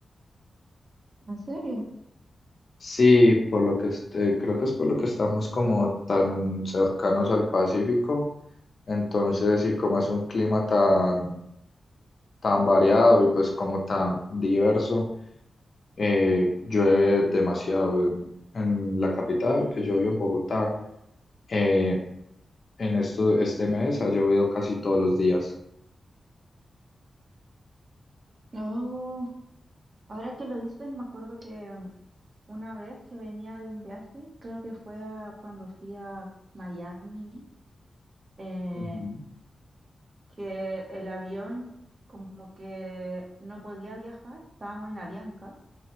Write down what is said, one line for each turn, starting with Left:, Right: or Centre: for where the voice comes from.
Right: ¿En serio?
Left: Sí, por lo que est- eh, creo que es por lo que estamos como tan cercanos al Pacífico, entonces, y como es un clima tan tan variado y pues como tan diverso. Eh, llueve demasiado en, en la capital, que yo vivo en Bogotá. Eh, en esto, este mes ha llovido casi todos los días.
Right: Oh, ahora que lo dices, me acuerdo que mm, una vez que venía de un viaje, creo que fue a- cuando fui a Miami. eh,
Left: Ujú.
Right: que el avión como que no podía viajar, estábamos en Avianca